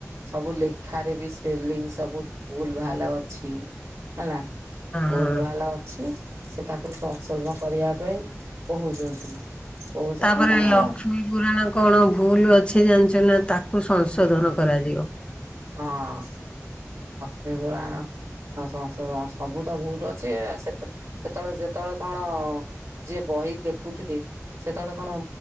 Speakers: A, on the right; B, on the left.
A: ସବୁ ଲେଖାରେ ବି ସ୍ପେଲିଙ୍ଗ ସବୁ ଭୁଲ ଭାଲ ଅଛି। ହେଲା ଭୁଲ୍
B: ହଁ।
A: ଭାଲ୍ ଅଛି ସେ ତାକୁ ସବ ସ୍ଵର୍ଣ କରିବା ପାଇଁ କହୁଛନ୍ତି। କହୁଛନ୍ତି
B: ତାପରେ
A: ତାଙ୍କର
B: ଲକ୍ଷ୍ମୀ ପୁରାଣ କଣ ଭୁଲ ଅଛି ଜାଣିଛ ନା ତା କୁ ସଂଶୋଧନ କରାଯିବ।
A: ହଁ <unintelligible> ଆ ସଂଶଧନ ସବୁ ତ ଭୁଲ ଅଛି-ଇ-ଇ ସେତେ ସେତେବେଳେ ଯେତେବେଳେ କଣ-ଅ-ଅ-ଅ-ଅ ଯିଏ ବହି ଲେଖୁଥିଲେ ସେତେବେଳେ କଣ